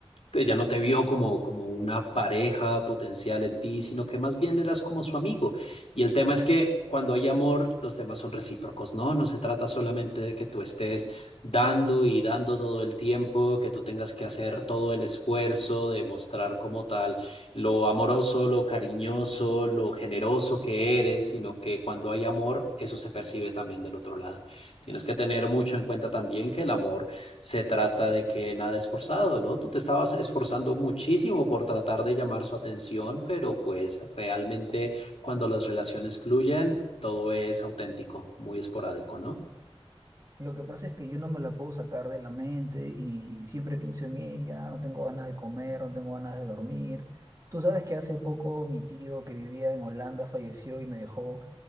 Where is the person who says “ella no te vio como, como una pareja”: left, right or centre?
Left